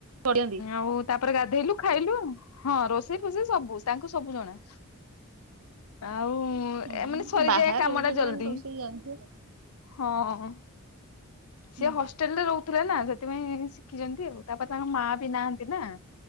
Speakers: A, on the right; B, on the left.
A: କରିଛନ୍ତି।
B: ଆଉ ତାପରେ ଗାଧେଇଲୁ ଖାଇଲୁ ହଁ ରୋଷେଇ ଫୋଷେଇ ସବୁ ତାଙ୍କୁ ସବୁ ଜଣା ଆଉ
A: ହଁ
B: ଏମାନେ ସରିଯାଏ
A: ବାହାରେ
B: କାମ
A: ରହୁଛନ୍ତି
B: ଟା ଜଲଦି
A: ମାନେ ରୋଷେଇ ଜାଣିଥିବେ
B: ହଁ। ସିଏ
A: ହୁଁ,
B: ହଷ୍ଟେଲ ରେ ରହୁଥିଲେ ନା ସେଥିପାଇଁ ଶିଖିଛନ୍ତି ଆଉ ତାପରେ ତାଙ୍କ ମା ବି ନାହାନ୍ତି ନା।